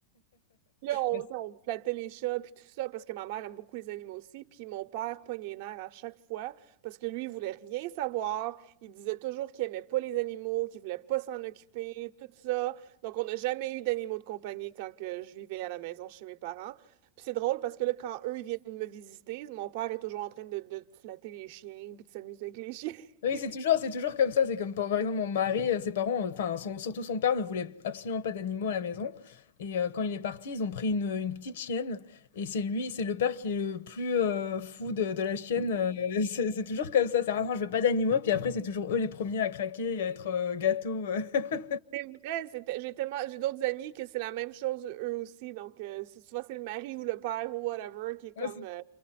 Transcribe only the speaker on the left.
Mais
Oui,
c'est
toujours, c'est toujours comme ça. C'est comme par par exemple mon mari, euh, ses parents, euh, enfin son- surtout son père ne voulait absolument pas d'animaux à la maison. Et euh, quand il est parti, ils ont pris une, une petite chienne. Et c'est lui, c'est le père qui est le plus euh, fou de, de la chienne. euh, <laughs> c'est c'est toujours comme ça. C'est ah non, je veux pas d'animaux. Puis après, c'est toujours eux les premiers à craquer et à être euh, gâteaux. euh. <laughs>
Ouais,
c'est-